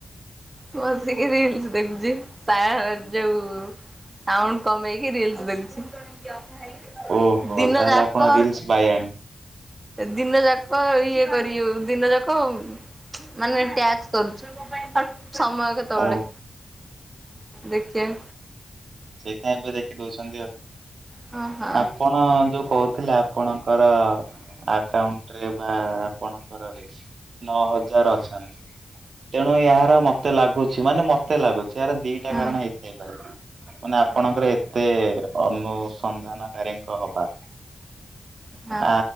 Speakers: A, on the right; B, on the right.
A: ବସିକି ରିଲସିଦେଖୁଚି। ପାରାହର୍ ଯୋଉ ସାଉଣ୍ଡ୍ କମେଇକି ରିଲସିଦେଖୁଚି,
B: ଓହୋ
A: ଦିନ
B: ତାହେଲେ
A: ଯାକ
B: ଆପଣ ରିଲସ ବାୟାଣୀ
A: ଦିନ ଯାକ ଇଏ କରିଉ, ଦିନ ଯାକ ମାନେ ଟ୍ୟାକ୍ସ୍ କରୁଚି, ସମୟ କେତେବେଳେ।
B: ଓ
A: ଦେଖିଆ।
B: ସେଇଥିପାଇଁଏବେଦେଖି ଦେଉଚନ୍ତି ଆଉ।
A: ହଁ ହଁ
B: ଆପଣ ଯୋଉ କହୁଥିଲେଆପଣଙ୍କର ଆକାଉଣ୍ଟ୍ରେ ବା ଆପଣଙ୍କର ରେ। ନଅ ହଜାର ଅଛନ୍ତି ତେଣୁ, ଏହାର ମତେ ଲାଗୁଚି ମାନେ ମତ୍ ଏତେ ଲାଗୁଚି, ଏହାର ଦିଟା
A: ହଁ
B: କାରଣ ହେଇଥାଇପାରେ ମାନେ ଆପଣଙ୍କର
A: ହଁ
B: ଏତେ ଅନୁସନ୍ଧାନକାରୀଙ୍କ ହବାର,
A: ହଁ
B: ଆ